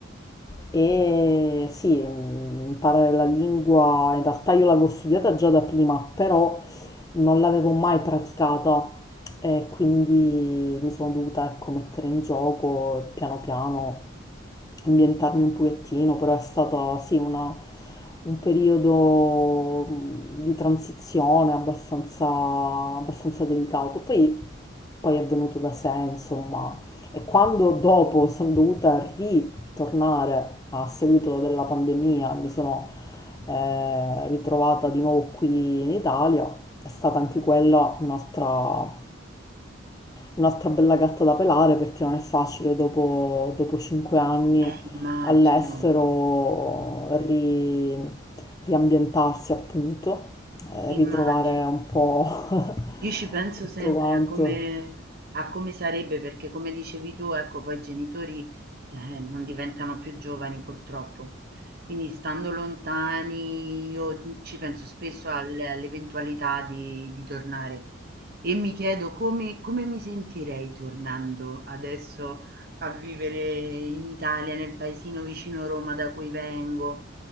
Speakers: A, on the left (about 15°); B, on the right (about 50°).
A: E sì, mm, imparare la lingua, in realtà io l'avevo studiata già da prima, però non l'avevo mai praticata e quindi mi sono dovuta, ecco, mettere in gioco e piano piano ambientarmi un pochettino, però è stato sì una- un periodo mh, di transizione abbastanza, abbastanza delicato. Poi poi è venuto da sé, insomma. E quando dopo sono dovuta ritornare a seguito della pandemia, mi sono eh, ritrovata di nuovo qui in Italia, è stata anche quella un'altra, un'altra bella gatta da pelare perché non è facile dopo, dopo cinque anni
B: eh immagino,
A: all'estero ri- riambientarsi appunto, eh, ritrovare
B: immagino.
A: un po' <laughs>
B: Io ci penso
A: tutto
B: sempre
A: quanto.
B: a come, a come sarebbe, perché come dicevi tu, ecco, poi i genitori eh, non diventano più giovani purtroppo. Quindi stando lontani, io ci penso spesso al- all'eventualità di, di tornare e mi chiedo come, come mi sentirei tornando adesso a vivere in Italia, nel paesino vicino Roma da cui vengo.